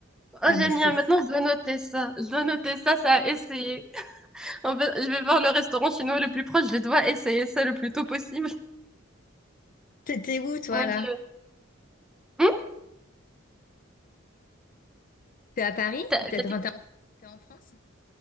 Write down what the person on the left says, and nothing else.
Ah, mais
c'est...
T'es t'es où, toi,
là?
T'es à Paris?
T'es
enfin,
t'es en... t'es en France?